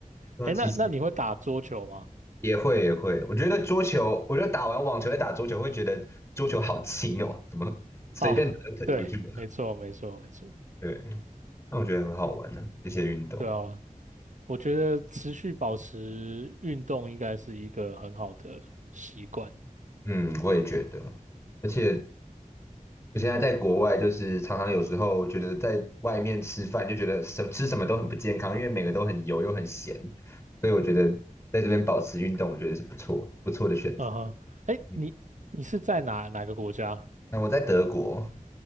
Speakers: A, on the left (about 15°); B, on the right (about 60°).
A: 对啊，
B: 哎，
A: 其实也
B: 那那你会打桌球吗？
A: 也会也会，我觉得桌球，我觉得打完网球再打桌球，会觉得桌球好轻哦，怎么随便打就喷出去了？
B: 啊，对，没错没错没错，
A: 对，那我觉得很好玩呢、这些运动。
B: 对啊，我觉得持续保持运动应该是一个很好的习惯。
A: 嗯，我也觉得，而且我现在在国外，就是常常有时候觉得在外面吃饭就觉得什吃什么都很不健康，因为每个都很油又很咸，所以我觉得在这边保持运动，我觉得是不错不错的选择。
B: 嗯哼，哎，
A: 嗯，
B: 你你是在哪哪个国家
A: 那我在德国，